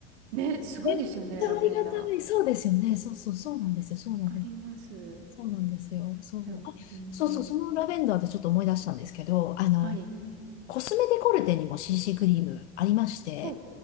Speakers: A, on the right; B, on the left.
A: ね、すごいですよね、
B: めっちゃありがたい。
A: ラベンダー。
B: そうですよね。そうそう、そうなんですよ。そうなんです。
A: わかります。
B: そうなんですよ。そう。
A: では、
B: あ、
A: うんと、
B: そうそう、そのラベンダーでちょっと思い出したんですけど、あの、
A: はい。
B: コスメデコルテにも CC クリームありまして、
A: お、